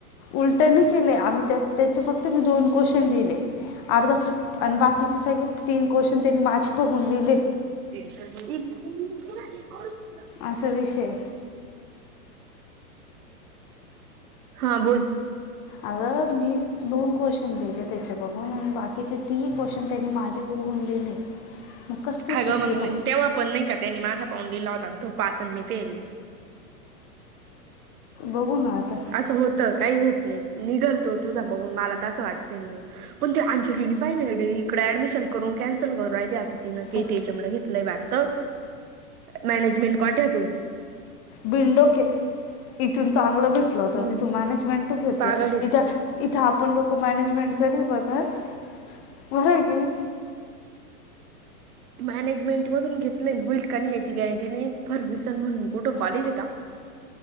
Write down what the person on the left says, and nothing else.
उलट नाही केलंय आम्ही त्या त्याचे फक्त मी दोन क्वेश्चन दिले. अर्धफेक, आणि बाकीचे सगळे तीन क्वेश्चन त्यांनी माझे बघून लिहिले.
असा विषय.
अग मी दोन क्वेश्चन दिले त्याचे बघून आणि बाकीचे तीन क्वेशन त्याने माझे बघून लिहिले. मग कसं काय
शक्य
तो
बघू ना आता.
बघ
बिनडोक ये ते, इथून चांगलं भेटलं होत
तिथून मॅनेजमेंट घेतलं
इथं इथं आपण लोकं मॅनेजमेंटच नाही बघत, बरं आहे की नाही.